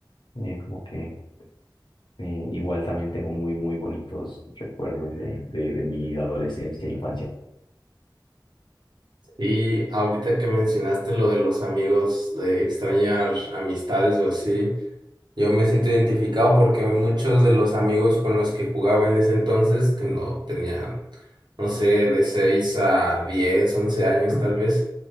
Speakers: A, on the left; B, on the right.
A: eh, como que eh, igual también tengo muy, muy bonitos recuerdos de, de, de mi adolescencia e infancia.
B: Y ahorita que mencionaste lo de los amigos, de extrañar amistades o así. Yo me siento identificado porque muchos de los amigos con los que jugaba en ese entonces, que no tenían, no sé, de 6 a 10 11 años tal vez,